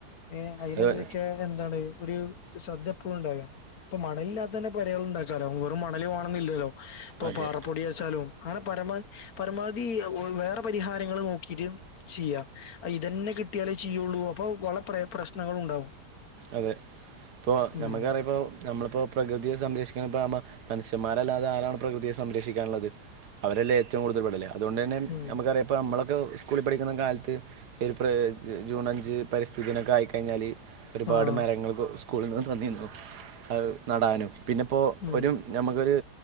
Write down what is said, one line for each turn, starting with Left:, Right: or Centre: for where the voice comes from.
Left: ഏ അയ്നെതിരൊക്കെ
Right: അത്
Left: എന്താണ് ഒരു ശ്രദ്ധ എപ്പോഴുംണ്ടാക അപ്പൊ മണലില്ലാത്ത തന്നെ പെരകൾണ്ടാക്കാലോ വെറും മണൽ ന്നില്ലല്ലോ ഇപ്പ
Right: അതെ
Left: പാറപ്പൊടി ഏച്ചാലും അങ്ങനെ പരമാപമാവധി വേറെ പരിഹാരങ്ങളും നോക്കീട്ട് ചെയ്യ ഐ ഇതന്നെ കിട്ടിയാലേ ചെയൊള്ളൂ അപ്പൊ വള പ്ര പ്രശ്നങ്ങ ഉണ്ടാവും
Right: അതെ ഇപ്പൊ
Left: ഉം
Right: നമ്മക്കറിയാം ഇപ്പോ നമ്മളിപ്പോ പ്രകൃതിയെ സംരക്ഷിക്ക്ണപ്പോ ഇപ്പ' ''മ 'മനുഷ്യന്മാ അല്ലാതെ ആരാണ് പ്രകൃതിയെ സംരക്ഷിക്കാന്ള്ളത് അവരെല്ലേ ഏറ്റവും കൂടുതൽ വെടല അതുകൊണ്ടന്നെ
Left: ഉം
Right: നമുക്കറിയാം ഇപ്പ നമ്മളൊക്കെ സ്കൂളിൽ പഠിക്കുന്ന കാലത്ത് ഈ പ്രകു ജൂൺ അഞ്ച് പരിസ്ഥിതിനൊക്കെ ആയിക്കഴിഞ്ഞാൽ ഒരുപാട്
Left: ആഹ്
Right: മരങ്ങൾ സ്കൂളിന്ന് തന്നിന്നു അഹ് നടാനും പിന്നെ ഇപ്പോ
Left: ഉം
Right: ഒരു ഞമക്കൊരു